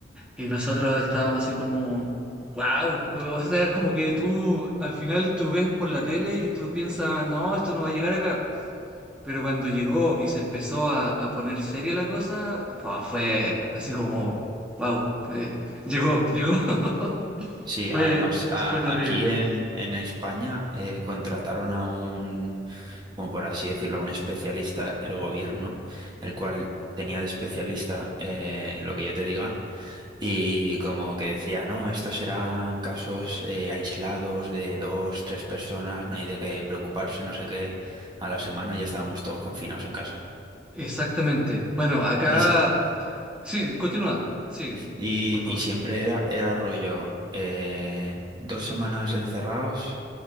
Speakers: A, in the centre; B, on the right.
A: Y nosotros estábamos así como, wow, o sea, es como que tú al final tú ves por la tele y tú piensas, no, esto no va a llegar acá. Pero cuando llegó y se empezó a, a poner seria la cosa, fue fue así como, wow, fue- llegó, llegó. <laughs>
B: Sí,
A: Fue,
B: además a-
A: fue terrible.
B: aquí en, en España eh, contrataron a un, como por así decirlo, a un especialista, el gobierno, el cual tenía de especialista eh, lo que yo te diga, y como que decía, no, estos serán casos eh, aislados de dos, tres personas, no hay de qué preocuparse, no sé qué. A la semana ya estábamos todos confinados en casa.
A: Exactamente. Bueno, acá...
B: Y, si,
A: Sí, continúa, sigue,
B: Y,
A: por favor.
B: y siempre era, era rollo, eh, dos semanas encerrados,